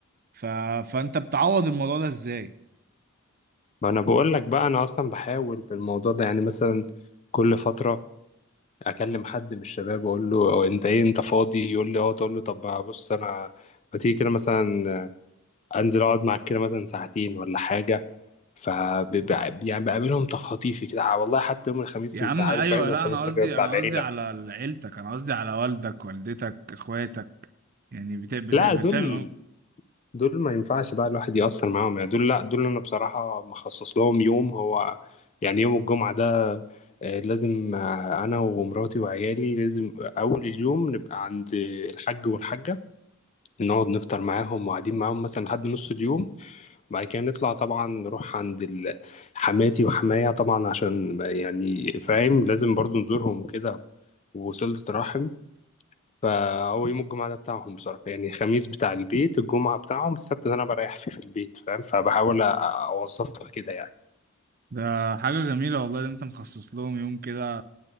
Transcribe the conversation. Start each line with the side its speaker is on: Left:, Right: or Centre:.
Right: ف... فانت بتعوض الموضوع ده ازاي
Left: ما انا بقول لك بقى انا اصلا بحاول في الموضوع ده يعني مثلا كل فتره اكلم حد من الشباب واقول له انت ايه انت فاضي يقول لي اه تقول له طب بص انا ما تيجي كده مثلا انزل اقعد معاك كده مثلا ساعتين ولا حاجه ف يعني بقابلهم تخطيفي كده آه والله حتى يوم الخميس
Right: يا
Left: انت
Right: عم
Left: عارف
Right: ايوه
Left: بقى يوم
Right: لا
Left: الخميس
Right: انا قصدي
Left: ده بيبقى بتاع
Right: انا
Left: العيله
Right: قصدي على عيلتك انا قصدي على والدك والدتك اخواتك يعني بتا بتا
Left: لا
Right: بتعمل
Left: دول دول ما ينفعش بقى الواحد يأثر معاهم يعني دول لا دول انا بصراحه مخصص لهم يوم هو يعني يوم الجمعه ده آه، لازم آه، انا ومراتي وعيالي لازم اول اليوم نبقى عند الحاج والحاجه نقعد نفطر معاهم وقاعدين معاهم مثلا لحد نص اليوم وبعد كده نطلع طبعا نروح عند ال- حماتي وحمايا طبعا عشان ما- يعني فاهم لازم برضو نزورهم وكده ووصلة رحم فهو يوم الجمعة ده بتاعهم بصراحة يعني الخميس بتاع البيت الجمعة بتاعهم السبت ده أنا بريح فيه في البيت فاهم فبحاول أ- أوظفها كده يعني
Right: ده حاجه جميله والله اللي انت مخصص لهم يوم كده